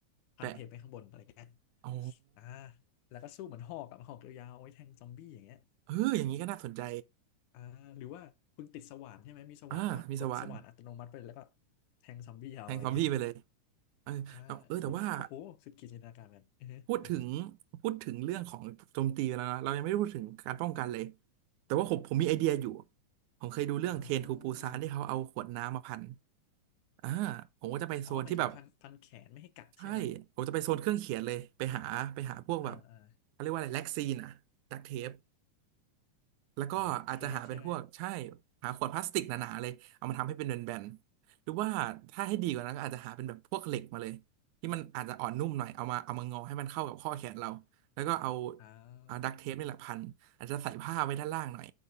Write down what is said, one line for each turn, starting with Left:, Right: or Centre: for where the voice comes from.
Left: พันเทปไปข้างบนอะไรเงี้ย
Right: แปะโอ้
Left: อ่าแล้วก็สู้เหมือนหอกอะหอกยาวๆเอาไว้แทงซอมบี้อย่างเงี้ย
Right: เอออย่างนี้ก็น่าสนใจ
Left: อ่าหรือว่าคุณติดสว่านใช่ไหมมีสว่านก็กดสว่านอัตโนมัติไปแล้วก็
Right: อ่ามีสว่าน
Left: แทงซอมบี้เอาอะไรเงี้ย
Right: แทงซอมบี้ไปเลยเออแล้วเออแต่ว่า
Left: อ่าโอโหมันโอ้โหสุดขีดจินตนาการกันอือฮะอือฮ
Right: พูดถึงพูดถึงเรื่องของโจมตีไปแล้วนะเรายังไม่ได้พูดถึงการป้องกันเลยแต่ว่าผมผมมีไอเดียอยู่ผมเคยดูเรื่องเทรนทูปูซานที่เขาเอาขวดน้ำมาพัน
Left: อ่า
Right: อ่าผมก็จะไปโซนที่แบบ
Left: อ๋อหมายถึงพันพันแขนไม่ให้กัดใช่ไหม
Right: ใช่ผมจะไปโซนเครื่องเขียนเลยไปหาไปหาพวกแบบ
Left: อ่าอ่า
Right: เขาเรียกว่าอะไรแล็กซีนอะดักเทป แล้วก็อาจจะหาเป็นพวกใช่
Left: อ๋อพวกเทปใช่ไหม
Right: หาขวดพลาสติกหนาๆเลยเอามาทำให้เป็นแบนๆหรือว่าถ้าให้ดีกว่านั้นก็อาจจะหาเป็นแบบพวกเหล็กมาเลยที่มันอาจจะอ่อนนุ่มหน่อยเอามาเอามางอให้มันเข้ากับข้อแขนเราแล้วก็เอา
Left: อ่า
Right: เอาดักเทปนี่แหละพันอาจจะใส่ผ้าไว้ด้านล่างหน่อย